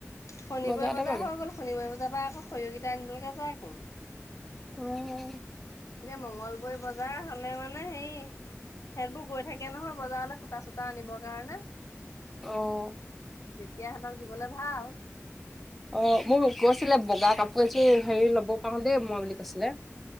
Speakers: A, on the left (about 80°); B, in the centre.
A: শনিবাৰে
B: বজাৰতে
A: বজাৰ
B: পাবি।
A: হৈ গ'ল শনিবাৰে বজাৰ পৰা আকৌ খৰিয় গিটা আনিবলৈকে যায় আকোন।
B: উম,
A: এতিয়া মঙ্গলবৈ বজাৰ হলে মানে হে সেইটবোৰ গৈ থাকে নহয় বজাৰলৈ সূতা চূতা আনিবৰ কাৰণে।
B: অহ ',
A: তেতিয়া সিঁতক দিবলে ভাল।
B: অ, মোৰ ক আছিলে বগা কাপোৰ এযোৰ হেৰি লব পাৰো দেই মই বুলি কৈছিলে।